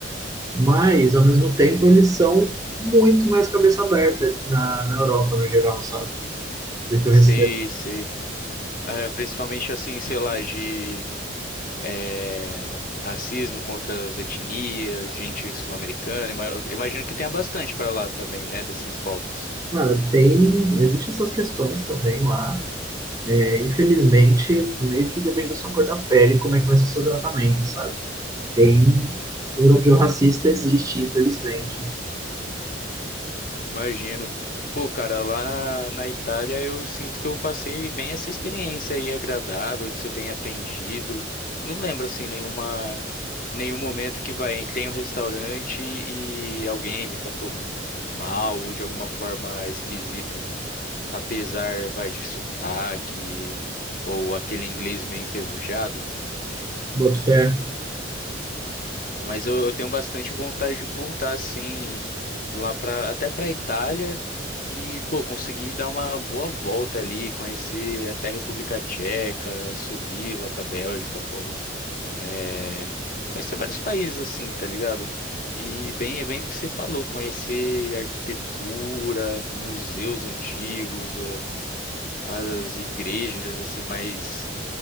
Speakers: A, on the right; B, on the left.
A: Mas, ao mesmo tempo, eles são muito mais cabeça aberta na, na Europa, no geral, sabe? Do que o
B: Sei,
A: restante.
B: sei. Ah, principalmente assim, sei lá, de eh, racismo contra as etnias, gente sul-americana. Ima- eu Imagino que tenha bastante pra lá também, né? Desses povos.
A: Cara, tem, existem essas questões também lá. É, infelizmente, meio que depende da sua cor da pele, como é que vai ser o seu tratamento, sabe? Tem europeu racista, existe, infelizmente.
B: Imagino. Pô, cara, lá na, na Itália eu sinto que eu passei bem essa experiência aí agradável, de ser bem atendido. Não lembro assim nenhuma nenhum momento que vai, entrei em um restaurante e alguém me tratou mal ou de alguma forma esquisita, apesar, vai, de sotaque ou aquele inglês meio enferrujado.
A: Boto fé.
B: Mas eu, eu tenho bastante vontade de voltar assim lá para até para Itália e pô, conseguir dar uma boa volta ali, conhecer até a República Tcheca, subir lá para Bélgica, pô, é, conhecer vários países assim, tá ligado? E bem, é bem do que você falou, conhecer arquitetura, museus antigos, eh, as igrejas assim mais